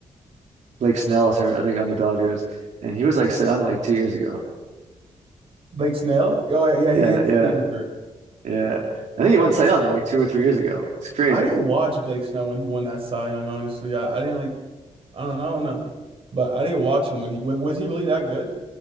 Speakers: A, on the right (about 75°); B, on the right (about 50°).
A: Blake Snell is hurt, I think, on the Dodgers. And he was like Cy Young like two years ago.
B: Blake Snell? Oh yeah, yeah, he
A: Yeah,
B: is
A: yeah,
B: he is hurt.
A: yeah. I think he won Cy Young like two or three years ago. It's crazy.
B: I didn't watch Blake Snow when he won that Cy Young, honestly. I, I didn't like, I don't know, I don't know. But I didn't watch him when he, wa- was he really that good?